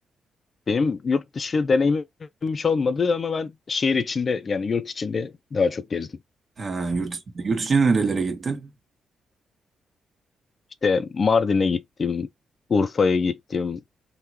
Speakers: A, on the left (about 50°); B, on the right (about 50°).
A: Benim yurt dışı deneyimim hiç olmadı ama ben şehir içinde yani yurt içinde daha çok gezdim.
B: He, yurt, yurt içine nerelere gittin?
A: İşte Mardin'e gittim, Urfa'ya gittim,